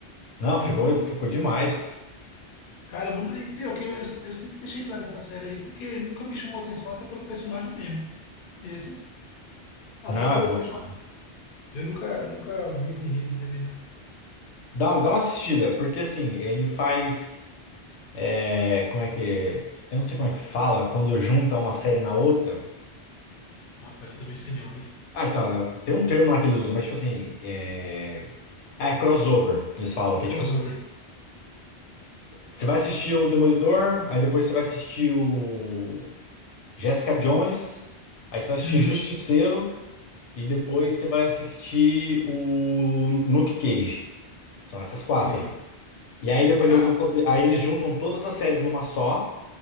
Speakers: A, on the left; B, on the left.
A: Não, ficou,
B: Nunca.
A: ficou demais.
B: Caramba, e pior que eu, eu, eu sempre deixei de lado essa série aí, porque nunca me chamou atenção, até pelo personagem mesmo. Esse, até
A: Não,
B: pelo
A: é bom
B: peixe.
A: demais.
B: Eu nunca, nunca vi o enredo dele, não.
A: Dá, dá uma assistida, porque assim, ele faz. É, como é que. Eu não sei como é que fala quando junta uma série na outra.
B: Rapaz, eu também sei não, vi.
A: Ah, então, é, tem um termo lá que eles usam, mas tipo assim. É, é crossover que eles falam, que é
B: Crossover.
A: tipo assim. Você vai assistir o Demolidor, aí depois você vai assistir o Jessica Jones, aí você vai assistir
B: Uhum.
A: Justiceiro, e depois você vai assistir o Luke Cage. São essas quatro.
B: Sim.
A: E aí depois
B: Ah,
A: eles vão fazer. Aí eles juntam todas as séries numa só,